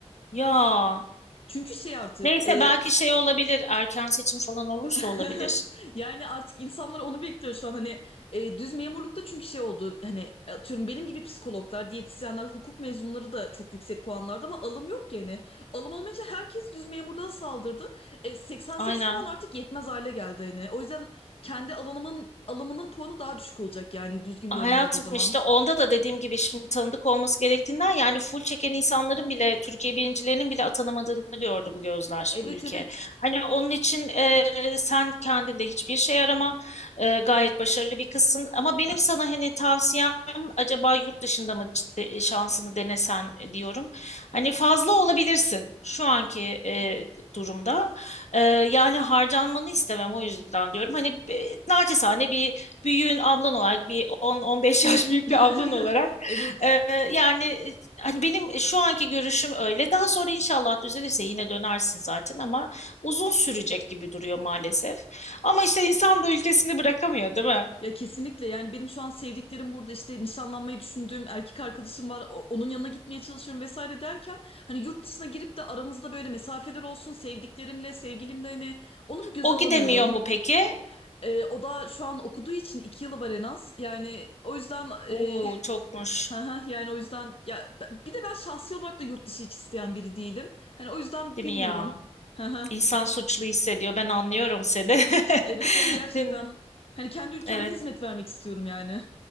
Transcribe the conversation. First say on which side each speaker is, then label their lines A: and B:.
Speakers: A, on the left (about 85°); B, on the left (about 55°).
A: Ya
B: Çünkü şey artık
A: neyse
B: e,
A: belki şey olabilir erken seçim falan olursa
B: <laughs>
A: olabilir.
B: Yani artık insanlar onu bekliyor şu an hani e, düz memurlukta çünkü şey oldu hani atıyorum benim gibi psikologlar, diyetisyenler, hukuk mezunları da çok yüksek puanlarda ama alım yok ki hani. Alım olmayınca herkes düz memurluğa saldırdı. E, 88
A: Aynen.
B: puan artık yetmez hale geldi hani. O yüzden kendi alanımın alımının puanı daha düşük olacak yani düzgün
A: Hayatım
B: bir alım olduğu zaman.
A: işte onda da dediğim gibi şimdi tanıdık olması gerektiğinden yani full çeken insanların bile Türkiye birincilerinin bile atanamadığını gördü bu gözler
B: Evet
A: bu ülke.
B: evet.
A: Hani onun için e, sen kendinde hiçbir şey arama E, gayet başarılı bir kızsın ama benim sana hani tavsiyem acaba yurt dışında mı ciddi- şansını denesen diyorum. Hani fazla olabilirsin şu anki e, durumda E, yani harcanmanı istemem o yüzden diyorum hani e, naçizane bir büyüğün ablan olarak bir 10-15 yaş büyük
B: <laughs>
A: bir ablan olarak
B: Evet.
A: e, yani e, hani benim şu anki görüşüm öyle. Daha sonra inşallah düzelirse yine dönersin zaten ama uzun sürecek gibi duruyor maalesef. Ama işte insan da ülkesini bırakamıyor, değil mi?
B: Ya kesinlikle yani benim şu an sevdiklerim burada işte nişanlanmayı düşündüğüm erkek arkadaşım var o- onun yanına gitmeye çalışıyorum vesaire derken hani yurt dışına girip de aramızda böyle mesafeler olsun sevdiklerimle sevgilimle hani onu bir göze
A: O
B: alamıyorum.
A: gidemiyor mu peki?
B: Ee, o da şu an okuduğu için iki yılı var en az yani o yüzden e,
A: Oo çokmuş.
B: <laughs> hı hı, yani o yüzden ya b- bir de ben şahsi olarak da yurt dışı hiç isteyen biri değilim. Hani o yüzden
A: Değil
B: bilmiyorum.
A: mi ya?
B: <laughs> Hı hı.
A: İnsan
B: Ya,
A: suçlu hissediyor. Ben anlıyorum seni.
B: evet
A: <laughs>
B: yani gerçekten
A: Değil mi?
B: hani kendi ülkemde
A: Evet.
B: hizmet vermek istiyorum yani.